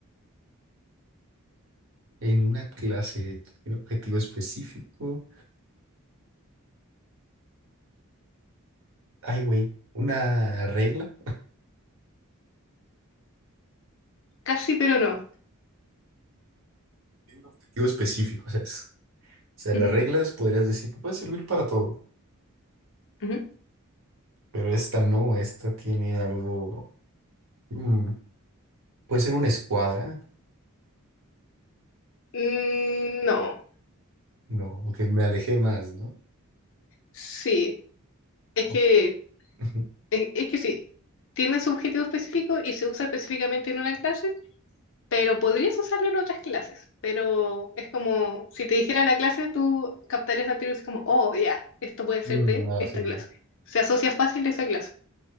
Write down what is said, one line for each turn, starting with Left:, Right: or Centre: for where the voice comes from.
Right: en una clase, un objetivo específico. Ay, güey, una regla
Left: Casi, pero no.
Right: y un objetivo específico, ¿sabes? O sea,
Left: Ujú,
Right: las reglas podrías decir que puede servir para todo,
Left: ujú.
Right: pero esta no, esta tiene algo. mm, puede ser una escuadra,
Left: Mm, no,
Right: no, que me alejé más, ¿no?
Left: sí, es
Right: O-
Left: que
Right: <laughs>
Left: Es, es que sí, tiene su objetivo específico y se usa específicamente en una clase, pero podrías usarlo en otras clases. Pero es como si te dijera la clase, tú captarías la teoría así como, oh, ya, esto puede ser
Right: Mm,
Left: de
Right: No,
Left: esta
Right: sí.
Left: clase. Se asocia fácil a esa clase.